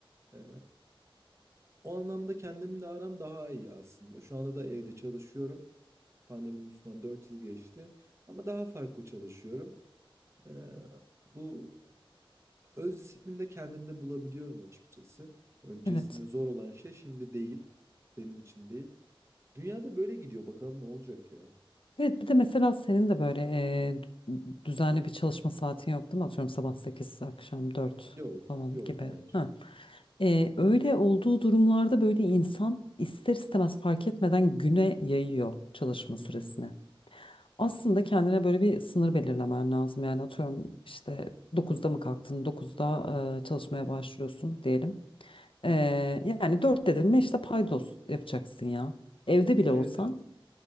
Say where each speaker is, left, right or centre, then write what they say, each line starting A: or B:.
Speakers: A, on the right; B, on the left.
A: E, o anlamda kendimle aram daha iyi aslında. Şu anda da evde çalışıyorum. Pandeminin üstünden 4 yıl geçti. Ama daha farklı çalışıyorum. E, bu Öz disiplinde kendimde bulabiliyorum açıkçası. Öncesinde
B: Evet.
A: zor olan şey şimdi değil. Benim için değil. Dünyada böyle gidiyor. Bakalım ne olacak ya.
B: Evet bir de mesela senin de böyle e, düzenli bir çalışma saatin yok değil mi? Atıyorum sabah 8, akşam 4
A: Yok.
B: falan
A: Yok.
B: gibi.
A: Hayır.
B: Ha. E, öyle olduğu durumlarda böyle insan ister istemez fark etmeden güne yayıyor çalışma
A: Hı
B: süresini.
A: hı,
B: Aslında kendine böyle bir sınır belirlemen lazım. Yani atıyorum işte dokuzda mı kalktın, dokuzda e, çalışmaya başlıyorsun diyelim. E,
A: hı hı.
B: yani 4 dedim mi işte paydos yapacaksın ya. Evde bile
A: Evet
B: olsan
A: evet.